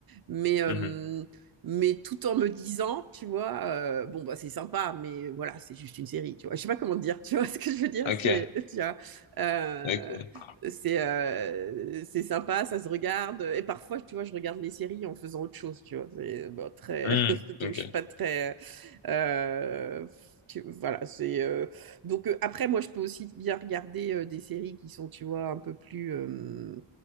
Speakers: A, on the right; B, on the left.
A: mais, euh,
B: Mhm.
A: mais tout en me disant, tu vois, euh, bon, bah, c'est sympa, mais voilà, c'est juste une série, tu vois. Je sais pas comment te dire, tu vois <laughs> ce que je veux dire,
B: Ok,
A: c'est, tu vois, euh,
B: ok.
A: c'est, euh, c'est sympa, ça se regarde. Et parfois, tu vois, je regarde les séries en faisant autre chose, tu vois. C'est, bon, très...
B: Hmm,
A: <laughs> Donc,
B: Ok,
A: je suis pas très... euh, tu- Voilà, c'est... euh, Donc, euh, après, moi, je peux aussi bien regarder euh, des séries qui sont, tu vois, un peu plus... euh,